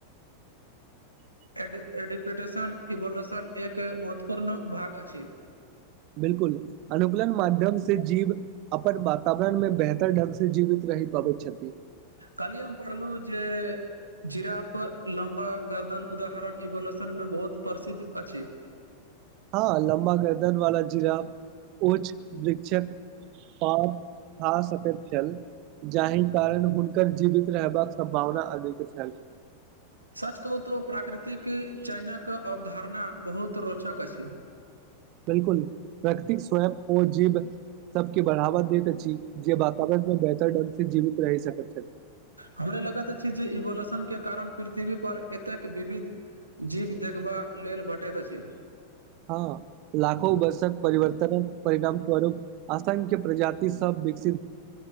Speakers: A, on the right; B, on the right.
A: <inaudible>
B: एडि एडिपटेशन इवोल्यूशन एक महत्वपूर्ण भाग अछि
A: बिलकुल अनुकूलन माध्यम से जीव अपन वातावरण मे बेहतर ढंग से जीवित कहि पबैत छैथ
B: काल्हि हम पढ़लहु जे जीराफ लम्बा गर्दन उदाहरण इवोल्यूशनमे बहुत प्रसिद्ध अछि
A: हँ लम्बा गर्दन वाला जीराफ ओछ शिक्षक सभ खा सकैत छल जाहिमे <unintelligible> कारण हुनकर जीवित रहबाक सम्भावना अधिक छल
B: सच कहू तऽ प्राकृतिक चयनक अवधारणा बहुत रोचक अछि
A: बिलकुल प्रकृतिक स्वयं ओ जीव सभके बढ़ावा अछि जे वातावरण पर बेहतर ढंग से जीवित रहि सकत
B: हमरे लगैत अछि जे इवोलोशन के कारण पृथ्वी पर एतेक विविध जीव देखबा लेल भेटैत अछि
A: हँ लाखो वर्षक परिवर्तनक परिणाम स्वरूप असंख्य प्रजाति सब विक